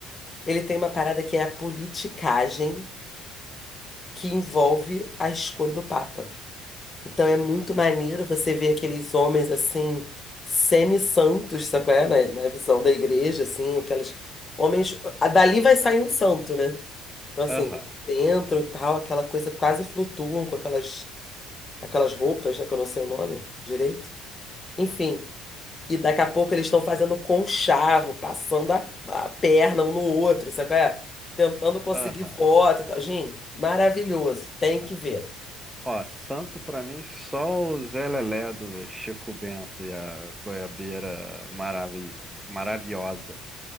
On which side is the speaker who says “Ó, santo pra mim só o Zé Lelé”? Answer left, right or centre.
Centre